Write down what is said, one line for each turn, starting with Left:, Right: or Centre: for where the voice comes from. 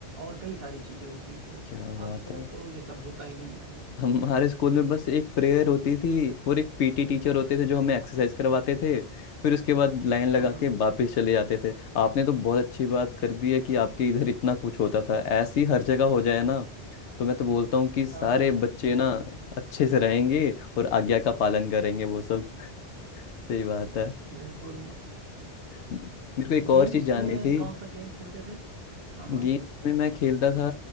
Right: और कई सारी चीजें होती थी
Left: क्या
Right: अब
Left: बात है
Right: तो ये सब होता ही नहीं है
Left: हमारे स्कूल में बस एक प्रेयर होती थी और एक पीटी टीचर होते थे जो हमें एक्सरसाइज करवाते थे फिर उसके बाद लाइन लगा
Right: हम्म
Left: के वापस चले जाते थे आपने तो बहुत अच्छी बात कर दी है कि आपके इधर इतना कुछ होता था ऐसी हर जगह हो जाए ना तो मैं तो बोलता हूँ कि सारे
Right: हाँ
Left: बच्चे ना अच्छे से रहेंगे और आज्ञा का पालन करेंगे वो सब सही बात है
Right: बिल्कुल
Left: मेरे को एक और
Right: गेम्स
Left: चीज जाननी
Right: में
Left: थी
Right: कौन सा गेम खेलते थे हाँ
Left: गेम्स
Right: हाँ
Left: में मैं खेलता था